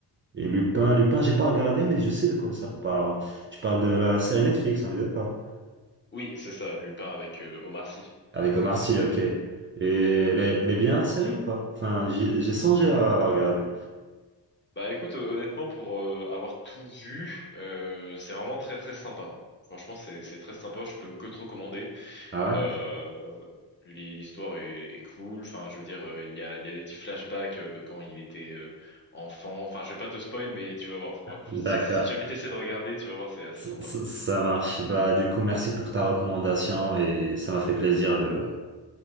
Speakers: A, on the right (about 30°); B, on the left (about 25°).
A: Et Lupin, Lupin, j'ai pas regardé, mais je sais de quoi ça parle. Tu parles de la série Netflix, on est d'accord?
B: Oui, c'est ça, Lupin avec euh, Omar Sy.
A: Avec Omar Sy, ok. Et elle est, elle est bien la série ou pas? Enfin, j'y- j'ai songé à la regarder.
B: Bah écoute, euh, honnêtement, pour euh, avoir tout vu, euh, c'est vraiment très très sympa. Franchement, c'est c'est très sympa, je peux que te recommander.
A: Ah
B: Euh, l'hi- l'histoire est, est cool, enfin je veux dire, euh, il y a, il y a des petits flashbacks euh, de quand il était euh, enfant. Enfin, je vais pas te spoil, mais tu vas voir. Fran-
A: ouais?
B: Si,
A: D'accord.
B: si jamais t'essaies de regarder, tu vas voir, c'est assez
A: Ça,
B: sympa.
A: ça- ça marche. Bah, du coup, merci pour ta recommandation et ça m'a fait plaisir de,